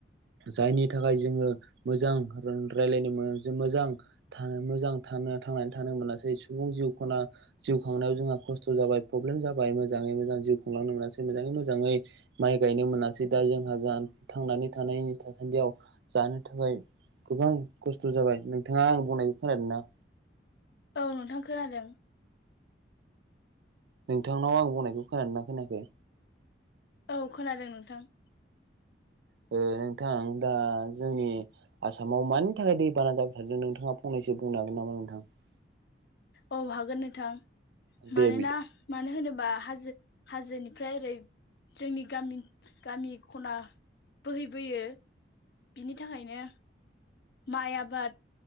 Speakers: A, on the right; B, on the left.
A: जायनि थाखाय जोङो मोजां रायलायनो मोन मोजां थांनानै थानो मोनासै सुबुं जिउ खना जिउ खांनायाव जों । खस्थ' जाबाय प्रब्लेम जाबाय मोजाङै मोजां जिउ खुंलांनो मोनै मोजाङै मोजाङै माइ गायनो मोनाखिसै दा जोंहा थांनानै थानायनि थासान्दियाव जानो थाखाय गोबां खस्थ'। बुस्थु जाबाय नोंथाङा आं बुंनायखौ खोनादों ना।
B: औ नोंथां खोनादों।
A: नोंथांनाव आं बुंनायखौ खोनादोंना खोनाखै।
B: औ खोनादों नोंथां।
A: ओ नोंथां। एसे बुंनो हागोन नामा नोंथां?
B: औ हागोन नोंथां मानोना
A: दे बिदि
B: मानो होनोबा हाजो हाजोनिफ्राय ओरै जोंनि गामि, गामि ख'ना बोहैबोयो बिनि थाखायनो माइ आबाद